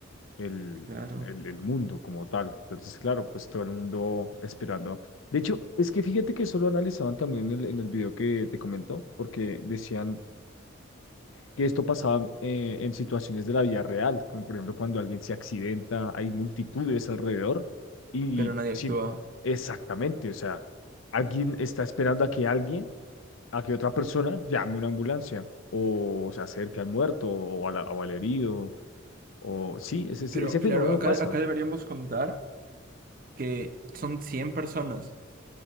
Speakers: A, on the left (about 80°); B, on the right (about 45°).
A: el,
B: Claro.
A: el, el mundo como tal. Entonces, claro, pues todo el mundo esperando. De hecho, es que fíjate que eso lo analizaban también en el, en el video que te comento porque decían que esto pasaba eh, en situaciones de la vida real, como por ejemplo cuando alguien se accidenta, hay multitudes alrededor y
B: pero nadie
A: sí,
B: actúa.
A: exactamente, o sea, alguien está esperando a que alguien a que otra persona llame una ambulancia o se acerque al muerto o, a la- o al herido. O sí, ese, ese
B: Pero
A: ese
B: claro,
A: fenómeno
B: acá,
A: pasa.
B: acá deberíamos contar que son 100 personas.